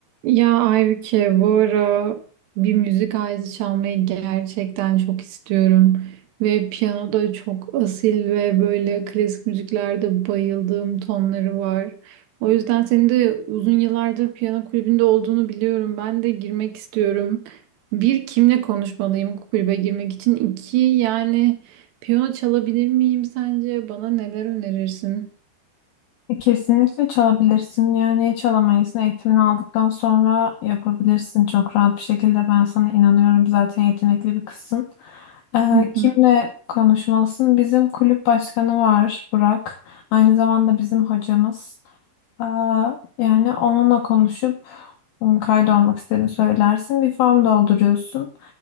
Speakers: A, on the right (about 70°); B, on the left (about 80°).
A: Ya Aybüke bu ara bir müzik aleti çalmayı gerçekten çok istiyorum. Ve piyano da çok asil ve böyle klasik müziklerde bayıldığım tonları var. O yüzden senin de uzun yıllardır piyano kulübünde olduğunu biliyorum. Ben de girmek istiyorum. Bir, kimle konuşmalıyım kulübe girmek için? İki, yani piyano çalabilir miyim sence? Bana neler önerirsin?
B: Kesinlikle çalabilirsin. Yani çalamayız. Eğitimini aldıktan sonra yapabilirsin çok rahat bir şekilde. Ben sana inanıyorum. Zaten yetenekli bir kızsın. Ee,
A: Hı hı.
B: kimle konuşmalısın? Bizim kulüp başkanı var Burak. Aynı zamanda bizim hocamız. Ee, yani onunla konuşup ım, kaydolmak istediğini söylersin. Bir form dolduruyorsun.